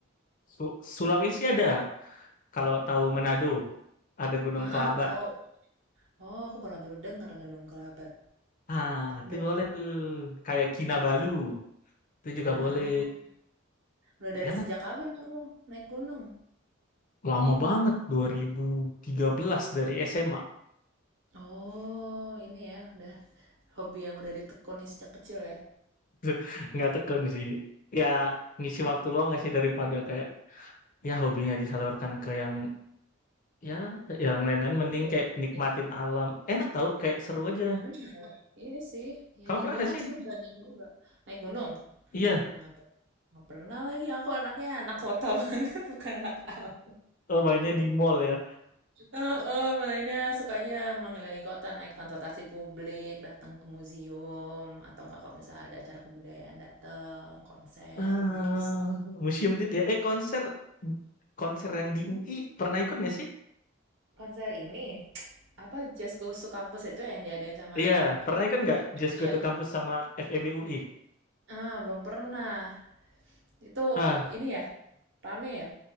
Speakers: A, on the left; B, on the right.
A: Su- Sulawesi ada, kalau tahu Manado, ada Gunung
B: heeh,
A: Kelabat.
B: tahu. Oh, aku malah baru dengar Gunung Kelabat.
A: Ah,
B: Udah,
A: itu boleh tuh. Kayak Kinabalu, itu juga
B: ah,
A: boleh.
B: udah dari
A: Enak,
B: sejak kapan kamu naik gunung?
A: lama banget dua ribu tiga belas dari SMA.
B: Oh, ini ya, udah hobi yang udah ditekuni sejak kecil ya.
A: <laughs> Nggak tekun sih. Ya ngisi waktu luang nggak sih daripada kayak ya hobinya disalurkan ke yang ya yang lain-lain mending
B: Ya,
A: kayak nikmatin
B: eh,
A: alam enak tau kayak seru aja
B: benar. Iya sih. Ya
A: kamu
B: di
A: pernah
B: Indo
A: gak
B: kan
A: sih
B: sebenarnya banyak juga naik gunung.
A: iya
B: Hmm, Nggak per- nggak pernah lagi. Aku anaknya anak kota <laughs> banget, bukan anak alam.
A: oh mainnya di mall ya
B: Oh, oh, Malaysia sukanya mengelilingi kota, naik transportasi publik, datang ke museum, atau enggak kalau misalnya ada acara kebudayaan datang, konser,
A: ah
B: gitu-gitu sih.
A: museum dit ya eh konser konser yang di UI pernah ikut gak sih
B: Konser ini, apa Just Goes to Campus itu yang diadain sama
A: iya
B: anak
A: pernah
B: fakultas
A: ikut nggak
B: Islam
A: Just
B: juga?
A: Go to Campus sama FEB UI
B: Ah, belum pernah. Itu
A: ah
B: ini ya, rame ya?